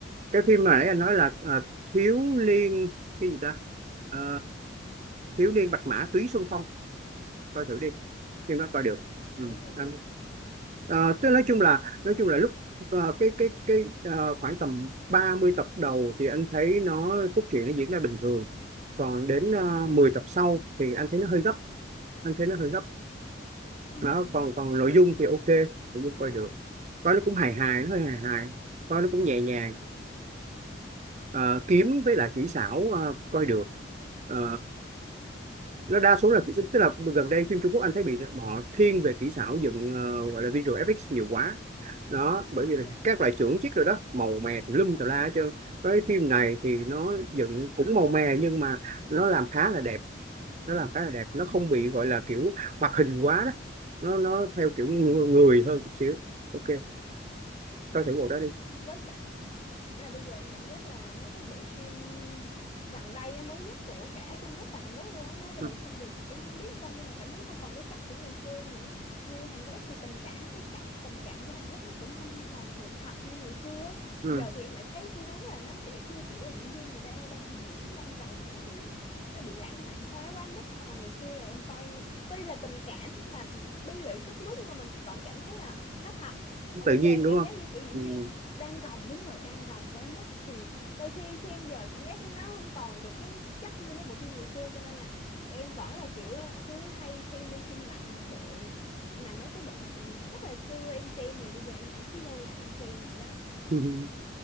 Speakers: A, on the right; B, on the left.
A: cái phim mà nãy anh nói là ờ, thiếu niên cái gì ta Ờ, thiếu niên bạch mã túy xuân phong coi thử đi
B: Wow,
A: phim đó coi được ừ.
B: thiếu đi.
A: anh-
B: À.
A: Ờ, tức nói chung là nói chung là lúc ờ, cái cái cái ờ, khoảng tầm 30 tập đầu thì anh thấy nó cốt truyện nó diễn ra bình thường còn đến uh,
B: Ừ.
A: 10 tập sau thì anh thấy nó hơi gấp anh thấy nó hơi gấp
B: Ừ,
A: đó
B: ừ,
A: còn
B: ừ.
A: còn nội dung thì ok nội dung coi được coi nó cũng hài hài nó hơi hài hài coi nó cũng nhẹ nhàng
B: À,
A: ờ, kiếm với
B: ok.
A: lại kỹ xảo ờ, coi được Ờ, nó đa số là kỹ tức là gần đây phim Trung Quốc anh thấy bị họ thiên về kỹ xảo dựng ờ, gọi là visual effects nhiều quá đó bởi vì
B: dạ
A: là các loại chưởng chiếc rồi đó màu mè tùm lum tùm la hết trơn cái phim này thì nó dựng cũng màu mè nhưng mà nó làm khá là đẹp nó làm khá là đẹp nó không
B: ừ.
A: bị gọi là kiểu hoạt hình quá đó nó nó theo kiểu ng-
B: Ừ.
A: người hơn chút xíu ok coi thử bộ đó đi
B: với cả Chả là bây giờ em cảm giác là mấy cái bộ phim gần đây á, mới nhất của cả Trung Quốc và Hàn Quốc luôn á nó đều
A: ừ.
B: không được em không biết sao nhưng mà cảm thấy nó không còn cái chất của ngày xưa nữa như Hàn Quốc thì tình cảm cái chất tình cảm của Hàn Quốc nó cũng không còn được thật như ngày xưa á.
A: Ừ.
B: giờ thì em lại thấy xu hướng là nó sẽ kêu kiểu là diễn viên người ta đang diễn đang gồng nó bị nó bị lãng mạn hóa quá mức còn ngày xưa là em coi tuy là tình cảm nhưng mà bi lụy sức mướt nhưng mà mình vẫn cảm thấy là nó thật còn
A: tự
B: bây
A: nhiên
B: giờ em
A: đúng
B: cảm
A: không
B: giác như kiểu diễn
A: ừ.
B: viên đang gồng đúng rồi đang gồng quá mức thì đôi khi xem giờ cảm giác nó không còn được cái chất như mấy bộ phim ngày xưa cho nên là em vẫn là kiểu ờ, cứ hay xem đi xem lại một bộ mà mấy cái bộ mà từ ngày rất là xưa em xem rồi bây giờ em vẫn cứ lôi lại em xem vậy đó
A: <laughs>